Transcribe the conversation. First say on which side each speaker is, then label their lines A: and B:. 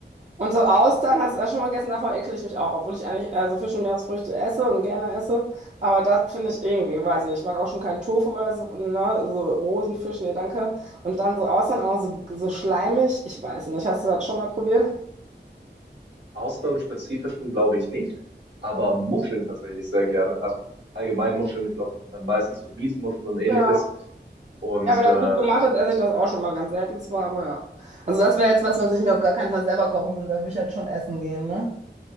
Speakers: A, on the right (about 40°); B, on the right (about 75°).
A: Und so Austern,
B: Mhm.
A: hast du das schon mal gegessen? Davon ekle ich mich auch, obwohl ich eigentlich äh, so Fisch und Meeresfrüchte esse und gerne esse. Aber das finde ich irgendwie, weiß ich nicht, ich mag auch schon keinen Tofu oder so, ne? So Rosenfisch, nee, danke. Und dann so Austern, auch noch so, so schleimig, ich weiß nicht. Hast du das schon mal probiert?
B: Ausnahmen glaube ich nicht, aber Muscheln tatsächlich sehr gerne. Also allgemein Muscheln, ich glaube, das sind dann meistens so Miesmuscheln und ähnliches.
A: Ja,
B: Und
A: ja, wenn das
B: äh,
A: gut gemacht
B: ich bin
A: ist, esse ich das auch schon mal ganz selten zwar, aber ja. Also das wäre jetzt was, was ich mir auf gar keinen Fall selber kochen würde, da würde ich halt schon essen gehen, ne?